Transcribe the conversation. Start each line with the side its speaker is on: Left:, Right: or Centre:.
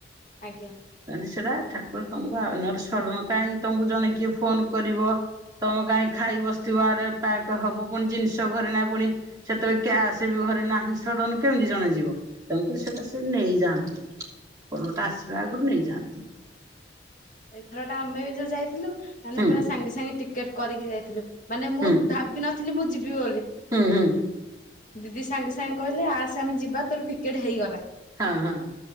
Left: ଆଜ୍ଞା।
Right: ତାେତି ସେଟା ଠାକୁର ତଙ୍କୁ ଆଉ ନହେଲେ ସଡ଼ଣ କାହିଁ ତଙ୍କୁ ଜଣେ କିଏ ଫୋନ କରିବ ତମେ କାହିଁ ଖାଇ ବସିଥିବା ଆଡେ ପକ୍ ହବ ପୁଣି ଜିନିଷ ଘରେ ନାହିଁ ପୁଣି ସେତେବେଳେ କ୍ୟାସ ବି ଘରେ ନାହିଁ ସଡନ କେମିତି ଜଣେ ଯିବ? ତେଣୁକରି ସେଟା ସେ ନେଇଯାଆନ୍ତି କଣଟା ଆସିବା ଆଗରୁ ନେଇଯାଆନ୍ତି।
Left: ଏଥର ଟା ଆମେ ବି ଯୋଉ ଯାଇଥିଲୁ ମାନେ
Right: ହୁଁ
Left: ପୁରା ସାଙ୍ଗେ ସାଙ୍ଗେ ଟିକେଟ କରିକି ଯାଇଥିଲୁ। ମାନେ ମୁଁ
Right: ହୁଁ
Left: ଭାବି ନଥିଲି ମୁଁ ଯିବି ବୋଲି।
Right: ହୁଁ ହୁଁ
Left: ଦିଦି ସାଙ୍ଗେ ସାଙ୍ଗେ କହିଲେ ଆସେ ଆମେ ଯିବା ତୋର ଟିକେଟ ହେଇଗଲା।
Right: ହଁ ହଁ।